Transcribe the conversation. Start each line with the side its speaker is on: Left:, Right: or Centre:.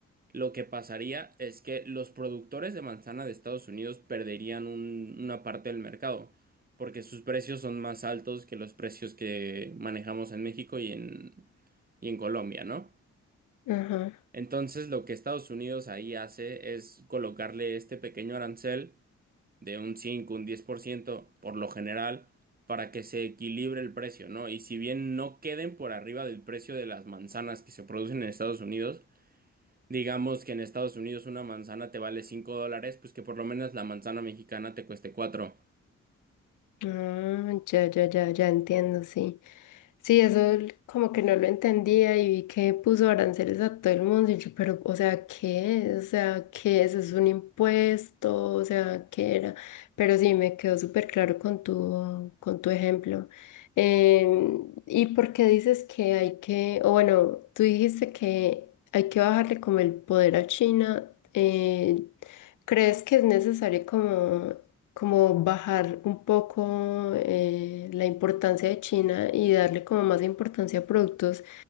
Right: lo que pasaría es que los productores de manzana de Estados Unidos perderían un- una parte del mercado, porque sus precios son más altos que los precios que manejamos en México y en, y en Colombia, ¿no?
Left: Ajá.
Right: Entonces, lo que Estados Unidos ahí hace es colocarle este pequeño arancel de un 5, un 10%, por lo general, para que se equilibre el precio, ¿no? Y si bien no queden por arriba del precio de las manzanas que se producen en Estados Unidos, digamos que en Estados Unidos una manzana te vale 5 dólares, pues que por lo menos la manzana mexicana te cueste cuatro.
Left: Ah, ya, ya, ya, ya entiendo, sí. Sí, eso l- como que no lo entendía y vi que puso aranceles a todo el mundo y yo, pero, o sea, ¿qué? O sea, ¿qué es? ¿Es un impuesto? O sea, ¿qué era? Pero sí, me quedó súper claro con tu, con tu ejemplo. Em, ¿y por qué dices que hay que, o bueno, tú dijiste que hay que bajarle como el poder a China? eh, ¿crees que es necesario como como bajar un poco eh, la importancia de China y darle como más importancia a productos